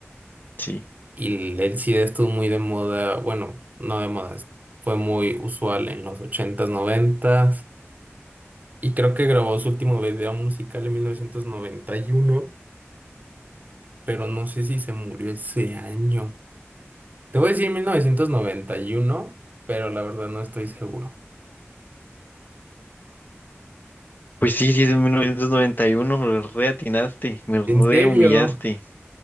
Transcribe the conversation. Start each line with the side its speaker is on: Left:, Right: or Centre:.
Left: Sí.
Right: Y el el SIDA estuvo muy de moda, bueno, no de moda, es- fue muy usual en los ochentas noventas Y creo que grabó su último video musical en 1991, pero no sé si se murió ese año. Te voy a decir 1991, pero la verdad no estoy seguro.
Left: Pues sí, sí, es en 1991. Me re atinaste, me re
Right: ¿En serio?
Left: humillaste.